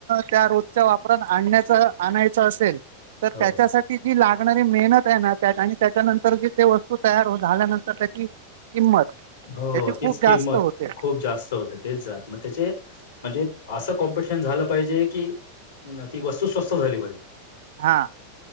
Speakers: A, on the right; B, on the left.
A: त्या रोजच्या वापरात आणण्याच आणायचं असेल. तर
B: हो
A: त्याच्यासाठी. जी लागणारी मेहनत आहे ना त्यात आणि त्याच्यानंतर जी ते वस्तू तयार झाल्यानंतर त्याची. किंमत.
B: हो
A: याची
B: तीच
A: खूप जास्त
B: किंमत
A: होते
B: खूप जास्त होते. तेच जात, मग त्याचे म्हणजे असं कॉम्पिटिशन झालं पाहिजे की ती वस्तू स्वस्त झाली पाहिजे.
A: हा.